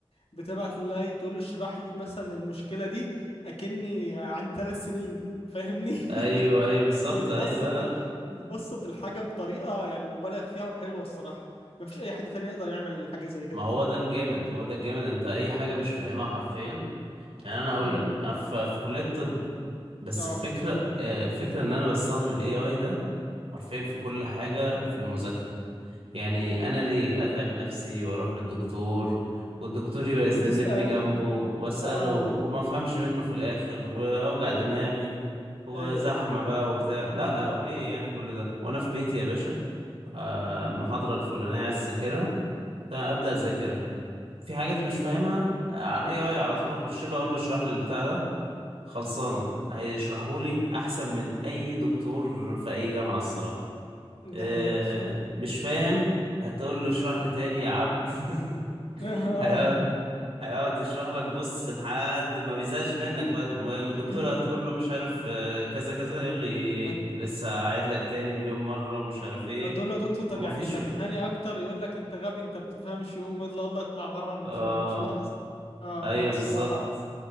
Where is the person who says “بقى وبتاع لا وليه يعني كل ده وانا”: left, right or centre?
Right